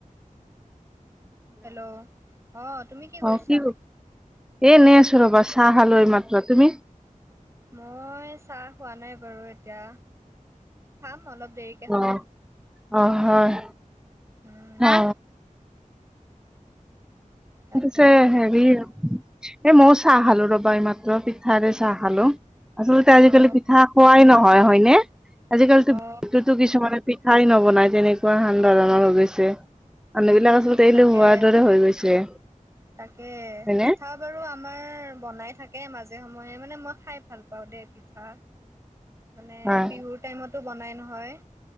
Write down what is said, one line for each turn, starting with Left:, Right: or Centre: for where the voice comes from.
Right: হেল্ল' অ তুমি কি কৰিছা?
Centre: অ কৰি- এ নে আছো ৰ'বা চাহ খালো এইমাত্ৰ, তুমি?
Right: মই চাহ খোৱা নাই বাৰু এতিয়া, খাম অলপ দেৰিকে
Centre: অ,
Right: খাম
Centre: অ হয়,
Right: উম
Centre: অ
Right: তাকে
Centre: পিছে হেৰি এ মই চাহ খালো ৰবা এই মাত্ৰ পিঠাৰে চাহ খালো। আচলতে আজিকালি
Right: অ
Centre: পিঠা খোৱাই নহয় হয় নে? আজিকালিতো
Right: অ
Centre: বিচকুতো কিছুমানে পিঠাই নবনাই তেনেকুৱা হান ধৰণৰ হৈ গৈছে। মানুহবিলাক
Right: উম
Centre: আচলতে
Right: তাকে
Centre: এলেহুৱাৰ দৰে হৈ গৈছে।
Right: তাকে এ
Centre: হয়নে
Right: পিঠা বাৰু আমাৰ বনাই থাকে মাজে সময়ে মানে মই খাই ভাল পাওঁ দে পিঠা। মানে
Centre: হয়
Right: বিহুৰ টাইমতো বনাই নহয়,